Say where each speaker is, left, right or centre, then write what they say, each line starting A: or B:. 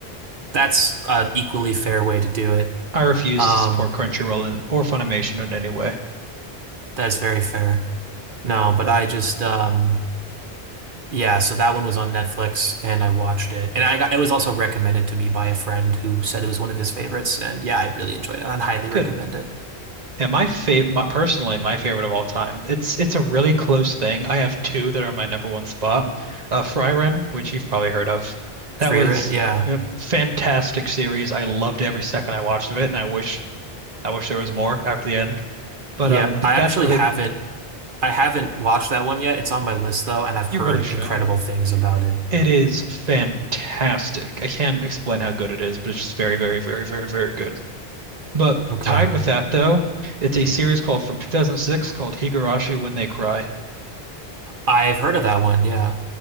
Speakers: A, on the right; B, on the right.
A: that's an equally fair way to do it.
B: I refuse
A: Um,
B: to support Crunchyroll in, or Funimation in any way.
A: that's very fair. No, but I just um Yeah, so that one was on Netflix and I watched it. And I got, it was also recommended to me by a friend who said it was one of his favorites. And yeah, I really enjoyed it. I'd highly
B: Good.
A: recommend it.
B: And my favorite, my personally my favorite of all time. It's it's a really close thing. I have two that are my number one spot. Uh, Frieren, which you've probably heard of. That
A: Free
B: was
A: Rent, yeah.
B: a fantastic series. I loved every second I watched of it, and I wish I wish there was more after the end. But
A: Yeah,
B: um, th-
A: I actually
B: that's really
A: haven't I haven't watched that one yet. It's on my list though, and I've heard
B: You really should.
A: incredible things about it.
B: It is fantastic. I can't explain how good it is, but it's just very, very, very, very, very good. But
A: Okay.
B: tied with that, though, it's a series called from 2006 called Higurashi When They Cry.
A: I've heard of that one, yeah.